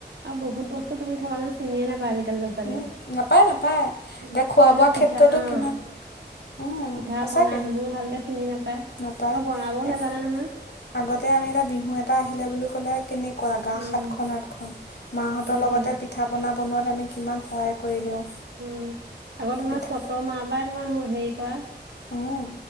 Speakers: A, on the right; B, on the left.
A: আৰু বহুত বস্তু তুমি চাবাচোন চিনিয়ে নাপাই আজিকা লি ল'ৰা ছোৱালীয়ে
B: উম, নাপায় নাপায়
A: উম
B: এতিয়া খোৱা বোৱা
A: <unintelligible>
B: ক্ষেত্ৰতো
A: পিঠা অহ
B: কিমান উম,
A: পিঠা
B: সঁচাকৈ
A: পোনা সেইবোৰো ভালকে চিনি নাপায় আকৌ
B: নাপায়
A: বনাবওঁ নাজানে নহয়
B: আগতে আমি এটা বিহু এটা আহিলে বুলি ক'লে কেনেক কুৱা গা
A: উম
B: সাতখন আঠখন মাহঁতৰ
A: সেইটোৱে
B: লগতে পিঠা পোনা বনোৱাত আমি কিমান সহায় কৰি দিওঁ
A: উম আকৌ তোমাৰ
B: পিঠা
A: চ'তৰ মাহৰ পা তোমাৰ হেৰি কৰে
B: উম